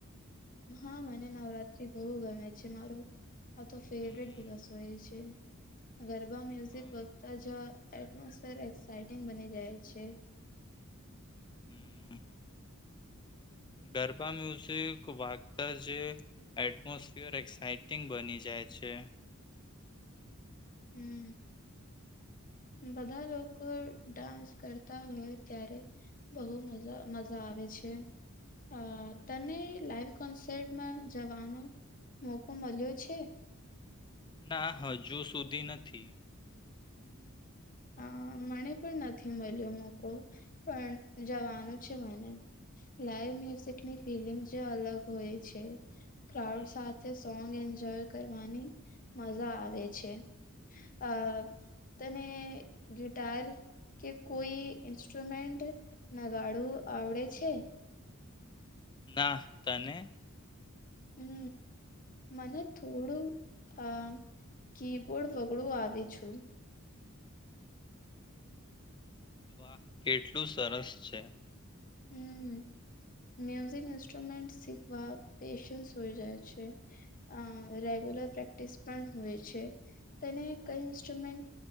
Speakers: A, on the left (about 40°); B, on the left (about 20°).
A: હા મને નવરાત્રી બહુ ગમે છે મારું આ તો
B: હમ
A: ફેવરેટ દિવસ હોય છે ગરબા મ્યુઝિક
B: હા
A: વધતા જ એટમોસ્ફેર એક્સઇટિંગ બની જાય છે
B: હું <inaudible> ગરબા મ્યુઝિક વાગતા જે એટમોસફિયર એક્સાઇટિંગ બની જાય છે
A: હુ બધા લોકો ડાન્સ કરતા હોય ત્યારે બહુ મજા આવે છે આ
B: હમ.
A: તને લાઈવ કોન્સટમાં જવાનો મોકો મળ્યો છે
B: ના હજુ સુધી નથી
A: અ મને પણ નથી મળ્યો મોકો પણ જવાનું છે મને લાઈવ મ્યુઝિકની ફિલિંગ જે અલગ હોય છે ક્રાઉડ
B: હમ.
A: સાથે સોંગ એન્જોય કરવાની મજા આવે છે અ તને ગિટાર કે કોઈ ઇન્સ્ટ્રુમેન્ટ નગાડું આવડે છે
B: ના તને
A: હુ મને થોડું અ કીબોર્ડ વગડું આવે છું
B: વાહ કેટલું સરસ છે
A: હું મ્યુઝિક ઇન્સ્ટ્રુમેન્ટ શીખવા પેશન્સ હોય જાય છે અ રેગ્યુલર પ્રેક્ટિસ પણ હોય છે તને કઈ ઇન્સ્ટ્રુમેન્ટ